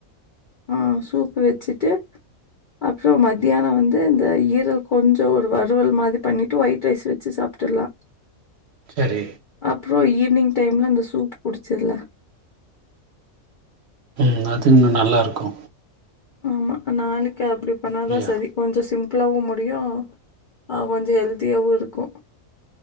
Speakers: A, on the left; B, on the right.
A: ஆ சூப்பு வச்சுட்டு அப்புற மத்தியான வந்து இந்த ஈரல் கொஞ்ச ஒரு வறுவல் மாதிரி பண்ணிட்டு ஒயிட் ரைஸ் வச்சு சாப்ட்டுலா
B: சரி
A: அப்புற ஈவினிங் டைமில அந்த சூப் குடிச்சிர்லா
B: ம் அது இன்னு நல்லா இருக்கு
A: ஆமா நாளைக்கு அப்பிடி பண்ணாதா
B: இல்லையா
A: சரி கொஞ்ச சிம் லாவும் முடியும் கொஞ்சோ ஹெல்தியாவு இருக்கு